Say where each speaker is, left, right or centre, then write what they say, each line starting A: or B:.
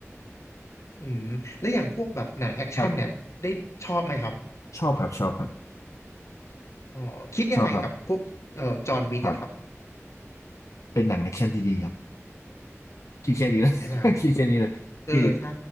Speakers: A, on the left; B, on the left.
A: อืมแล้วอย่างพวกแบบหนังแอคชั่นเนี่ยได้ชอบไหมครับ
B: ครับชอบครับชอบครับ
A: อ๋อคิดยังไงกับพวกเอ่อจอห์นวิกอะครับ
B: ชอบครับครับเป็นหนังแอคชั่นที่ดีครับคิดแค่นี้เละ
A: ใช่ไหมครับ
B: <laughs> คิดแค่นี้เลยคือ
A: เออใช่